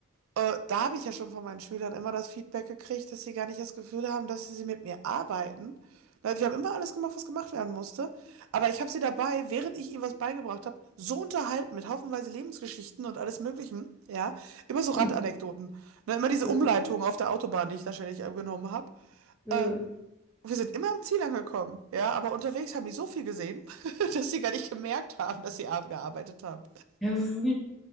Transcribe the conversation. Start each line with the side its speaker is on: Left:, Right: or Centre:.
Right: Äh, da habe ich ja schon von meinen Schülern immer das Feedback gekriegt, dass sie gar nicht das Gefühl haben, dass sie mit mir arbeiten. Na, Wir haben immer alles gemacht, was gemacht werden musste. Aber ich habe sie dabei, während ich ihnen was beigebracht habe, so unterhalten mit haufenweise Lebensgeschichten und alles Möglichen, ja, immer
Centre: <laughs>
Right: so Randanekdoten. Ne, immer diese
Centre: Ja,
Right: Umleitung auf der Autobahn, die ich da ständig äh, genommen habe.
Centre: ja.
Right: Äh, wir sind immer am Ziel angekommen, ja, aber unterwegs haben die so viel gesehen, <laughs> dass sie gar nicht gemerkt haben, dass sie abgearbeitet haben.
Centre: Ja, es ist wirklich,